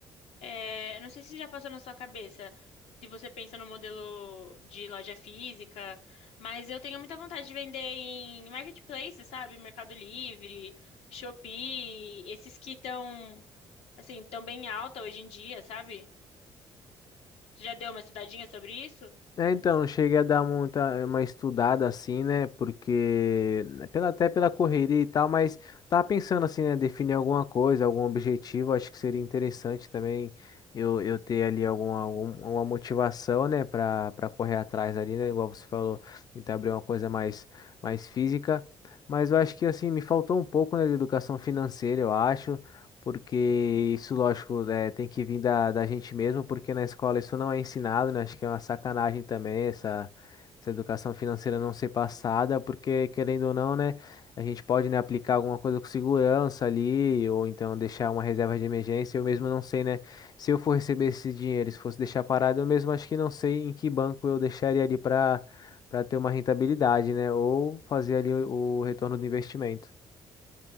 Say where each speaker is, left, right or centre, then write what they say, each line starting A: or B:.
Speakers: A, on the left; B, on the left.
A: É, não sei se já passou na sua cabeça, se você pensa no modelo de loja física, mas eu tenho muita vontade de vender em marketplace, sabe? Mercado Livre, Shopee, esses que estão, assim, tão bem alta hoje em dia, sabe? Você já deu uma estudadinha sobre isso?
B: É, então, cheguei a dar muita, uma estudada assim, né? Porque, né, pela, até pela correria e tal, mas tava pensando assim, né? Definir alguma coisa, algum objetivo, acho que seria interessante também eu, eu ter ali alguma, algum, alguma motivação, né? Pra, pra correr atrás ali, né? Igual você falou, tentar abrir uma coisa mais, mais física. Mas eu acho que assim, me faltou um pouco, né, de educação financeira, eu acho porque isso, lógico, né, tem que vir da, da gente mesmo, porque na escola isso não é ensinado, né? Acho que é uma sacanagem também essa, essa educação financeira não ser passada, porque querendo ou não, né, a gente pode, né, aplicar alguma coisa com segurança ali, ou então deixar uma reserva de emergência. Eu mesmo não sei, né, se eu for receber esse dinheiro, se fosse deixar parado, eu mesmo acho que não sei em que banco eu deixaria ali para para ter uma rentabilidade, né, ou fazer ali o o retorno do investimento.